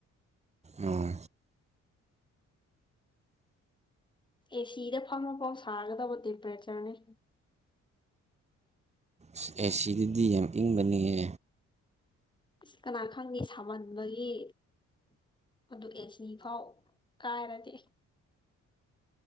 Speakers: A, on the right (about 20°); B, on the left (about 15°).
A: ꯑꯣ
B: ꯑꯦꯁꯤꯗ ꯐꯪꯕ ꯄꯥꯎ ꯁꯥꯒꯗꯧꯕ ꯇꯦꯝꯄꯔꯦꯆꯔꯅꯤ
A: ꯁ ꯑꯦꯁꯤꯗꯗꯤ ꯌꯥꯝ ꯏꯪꯕꯅꯤꯌꯦ
B: ꯑꯁ ꯀꯅꯥ ꯈꯪꯅꯤ ꯁꯥꯃꯟꯕꯒꯤ ꯑꯗꯨ ꯑꯦꯁꯤ ꯐꯥꯎ ꯀꯥꯏꯔꯗꯤ